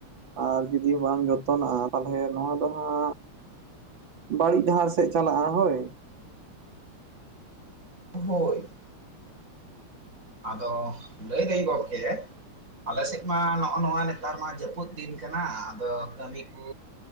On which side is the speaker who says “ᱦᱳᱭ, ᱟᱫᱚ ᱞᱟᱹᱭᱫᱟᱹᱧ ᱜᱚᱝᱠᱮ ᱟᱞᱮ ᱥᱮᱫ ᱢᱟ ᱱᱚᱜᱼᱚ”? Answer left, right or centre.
Right